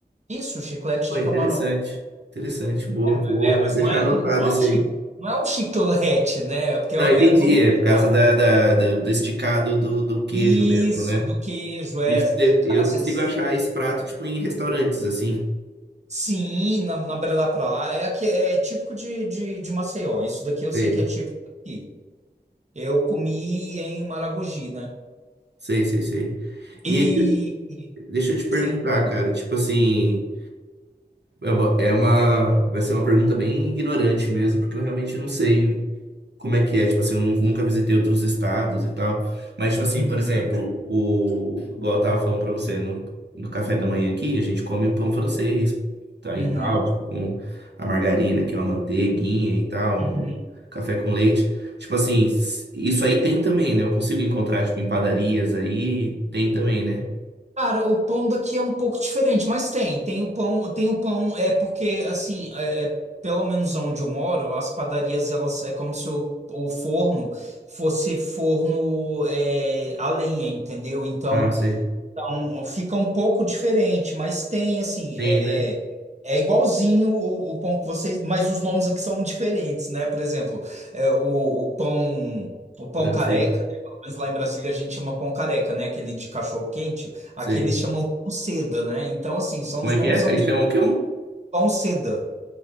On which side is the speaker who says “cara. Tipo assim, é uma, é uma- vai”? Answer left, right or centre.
Right